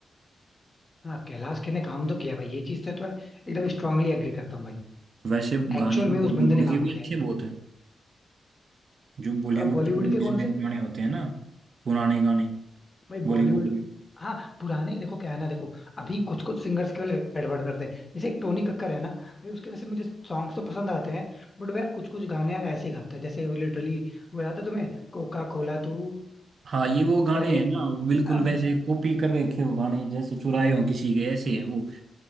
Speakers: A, on the left; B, on the right.
A: हाँ कैलाश खेर ने काम तो किया भाई ये चीज से तो मैं एकदम स्ट्रांगली एग्री करता हूँ भाई
B: वैसे
A: एक्चुअल
B: गाने तो
A: में उस
B: बॉलीवुड
A: बंदे ने काम
B: के भी
A: किया
B: अच्छे बहुत हैं जो बॉलीवुड
A: है बॉलीवुड
B: की मूवीज
A: के कौन
B: में
A: से
B: गाने होते हैं ना पुराने गाने
A: भाई
B: बॉलीवुड
A: बॉलीवुड
B: में
A: हाँ पुराने देखो क्या है ना देखो अभी कुछ कुछ सिंगर्स केवल गड़बड़ करते हैं जैसे एक टोनी कक्कर है ना भाई उसके वैसे मुझे सॉन्ग्स तो पसंद आते हैं बट यार कुछ कुछ गाने यार ऐसे ही गाता है जैसे वो लिटरली वो याद है तुम्हें कोका कोला तू
B: हाँ ये वो गाने
A: करके
B: हैं ना वो बिल्कुल
A: अब
B: वैसे कॉपी कर रखे हो गाने जैसे चुराए हो किसी के ऐसे है वो